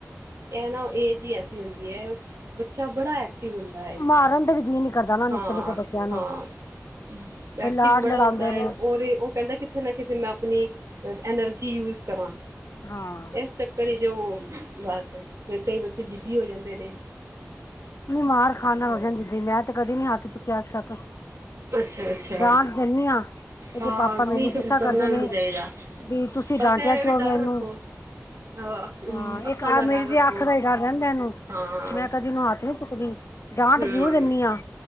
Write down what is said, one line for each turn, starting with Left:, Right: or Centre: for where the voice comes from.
Right: ਇਹ ਨਾ ਏਜ ਹੀ ਐਸੀ ਹੁੰਦੀ। ਬੱਚਾ ਬੜਾ ਐਕਟਿਵ ਹੁੰਦਾ ਏ।
Left: ਮਾਰਨ ਤੇ ਵੀ ਜੀਅ ਨੀ ਕਰਦਾ ਨਾ ਨਿੱਕੇ
Right: ਹਾਂ-
Left: ਨਿੱਕੇ ਬੱਚਿਆਂ ਨੂੰ
Right: ਹਾਂ
Left: ਫਿਰ
Right: ਐਕਟਿਵ
Left: ਲਾਡ
Right: ਵੀ ਬੜਾ
Left: ਲੜਾਂਦੇ
Right: ਹੁੰਦਾ ਹੈ
Left: ਨੇ
Right: ਔਰ ਉਹ ਕਹਿੰਦਾ ਕਿਥੇ ਨਾ ਕਿਥੇ ਮੈਂ ਆਪਣੀ ਐਨਰਜੀ ਯੂਜ ਕਰਾਂ
Left: ਹਾਂ
Right: ਇਸ ਚੱਕਰ ਵਿੱਚ ਉਹ ਬਸ ਫਿਰ ਕਈ ਬੱਚੇ ਜਿੱਦੀ ਹੋ ਜਾਂਦੇ ਨੇ।
Left: ਨੀ ਮਾਰ ਖਾਣ ਨਾਲ
Right: ਹਾਂ
Left: ਹੋ ਜਾਂਣ ਜਿੱਦੀ ਮੈਂ ਤੇ ਕਦੇ ਨੀ ਹੱਥ ਚੁੱਕਿਆ ਅੱਜ-ਤੱਕ।
Right: ਅੱਛਾ ਅੱਛਾ
Left: ਡਾਂਟ ਦੇਣੀ ਹਾਂ ਇਹਦੇ
Right: ਹਾਂ
Left: ਪਾਪਾ ਮੈਨੂੰ
Right: ਨਹੀਂ ਤੇ
Left: ਗੁੱਸਾ
Right: ਕਰਨਾ
Left: ਕਰਦੇ ਨੇ।
Right: ਵੀ ਨਹੀਂ ਚਾਹੀਦਾ
Left: ਵੀ ਤੁਸੀਂ
Right: ਬਸ
Left: ਡਾਂਟਿਆ
Right: ਇਹ ਵੀ
Left: ਕਿਉ
Right: ਡਰ
Left: ਵੇ ਇਨੂੰ
Right: ਰੱਖੋ ਅ, ਅੱਖ-
Left: ਹਾਂ
Right: ਅਮ, ਅੱਖਾਂ
Left: ਇੱਕ
Right: ਦਾ
Left: ਆ ਮੇਰੀ
Right: ਡਰ
Left: ਤੇ
Right: ਰੱਖੋ
Left: ਅੱਖ ਦਾ ਹੀ ਡਰ ਰਹਿੰਦ ਏਨੂੰ
Right: ਹਾਂ
Left: ਮੈਂ ਕਦੀ ਏਨੂੰ ਹੱਥ ਨੀ ਚੁੱਕਦੀ। ਡਾਂਟ
Right: ਹੂੰ
Left: ਜਰੂਰ ਦਿੰਣੀ ਆ